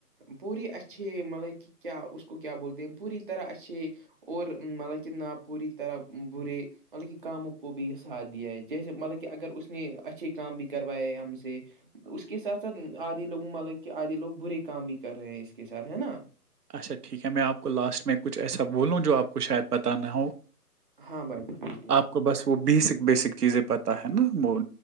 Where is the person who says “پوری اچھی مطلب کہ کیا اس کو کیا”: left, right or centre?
Right